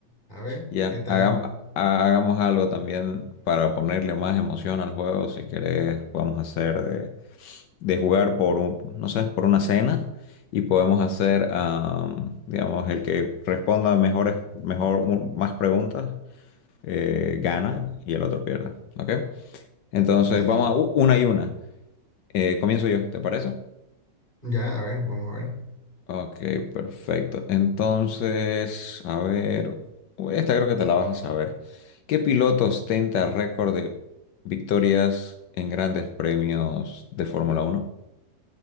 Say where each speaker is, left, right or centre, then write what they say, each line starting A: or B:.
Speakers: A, on the left; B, on the left.
A: A ver,
B: Ya,
A: ¿qué tal?
B: hagam- ha- hagamos algo también para ponerle más emoción al juego. Si querés, podemos hacer de... de jugar por un, no sé, por una cena y podemos hacer, am, digamos, el que responda mejores, mejor, un- más preguntas eh, gana y el otro pierde, ¿ok? Entonces
A: Dale.
B: vamos a u- una y una. Eh, comienzo yo, ¿te parece?
A: Ya, a ver, vamos a ver.
B: Ok, perfecto. Entonces, a ver, uy, esta creo que te la vas a saber. ¿Qué piloto ostenta récord de victorias en grandes premios de Fórmula uno